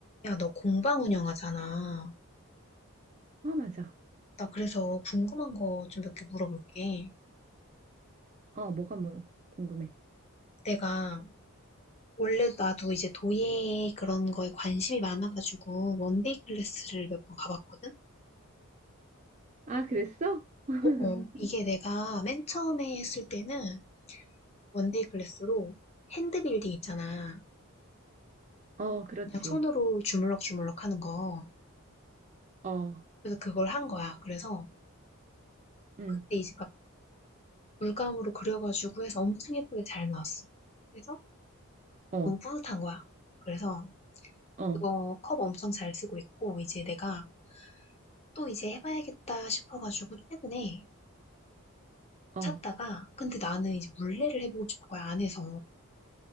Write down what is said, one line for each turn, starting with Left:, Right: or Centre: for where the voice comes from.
Left: 야, 너 공방 운영하잖아.
Right: 아, 맞아.
Left: 나 그래서 궁금한 거 좀 몇 개 물어볼게.
Right: 어, 뭐가 뭘 궁금해.
Left: 내가 원래 나도 이제 도예 그런 거에 관심이 많아가지고 원데이 클래스를 몇 번 가봤거든?
Right: 아, 그랬어? <laughs>
Left: 어어. 이게 내가 맨 처음에 했을 때는 원데이 클래스로 핸드빌딩 있잖아.
Right: 어, 그렇지.
Left: 그냥 손으로 주물럭주물럭 하는 거.
Right: 어,
Left: 그래서 그걸 한 거야. 그래서
Right: 응,
Left: 그때 이제 막 물감으로 그려가지고 해서 엄청 예쁘게 잘 나왔어. 그래서
Right: 어,
Left: 너무 뿌듯한 거야. 그래서
Right: 어,
Left: 그거 컵 엄청 잘 쓰고 있고 이제 내가 또 이제 해봐야겠다 싶어가지고 최근에
Right: 어.
Left: 샀다가 근데 나는 이제 물레를 해보고 싶은 거야 안에서